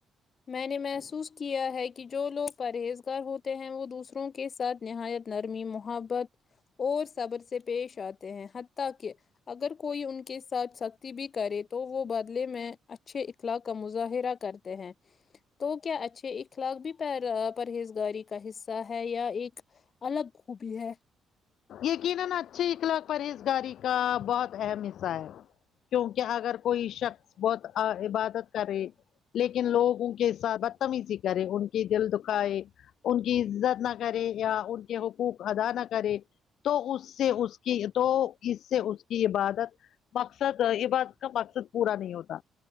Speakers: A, on the left; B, on the left.
A: میں نے محسوس کیا ہے کہ جو لوگ پرہیزگار ہوتے ہیں وہ دوسروں کے ساتھ نہایت نرمی محبت اور صبر سے پیش آتے ہیں حتی کہ اگر کوئی ان کے ساتھ س بھی کرے تو وہ بدلے میں اچھے اخلاق کا مظاہرہ کرتے ہیں تو کیا اچھے اخلاق بھی پرہیزگاری کا حصہ ہے یا ایک الگ خوبی ہے
B: یقیناا اچھی اخلاق پرہیز گاری کا بہت اہم حصہ ہے کیونکہ اگر کوئی شخص بہت عبادت کرے لیکن لوگوں کے ساتھ بدتمیزی کرے ان کے دل دکھائے ان کی عزت نہ کرے یا ان کے حقوق ادا نہ کرے تو اس سے اس کی تو اس سے اس کی عبادت مقصد یہ بات کا مقصد پورا نہیں ہوتا